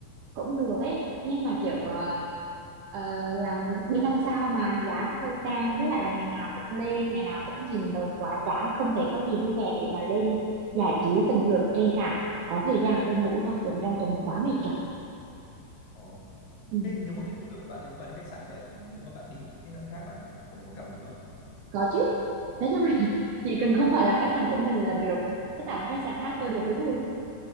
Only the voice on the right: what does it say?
cũng được ấy nhưng mà kiểu ờ, ờ, làm bên năm sao mà giá nó hơi cao với lại là ngày nào cũng lên ngày nào cũng nhìn rồi quá chán không thấy có gì vui vẻ để mà lên giải trí tận hưởng ở trên cả có thời gian tôi ngủ thôi bởi vì trong tuần quá mệt rồi
ừ,
có chứ nói chung là <laughs> chỉ cần không phải là khách sạn của mình là được tất cả các khách sạn khác tôi đều thấy vui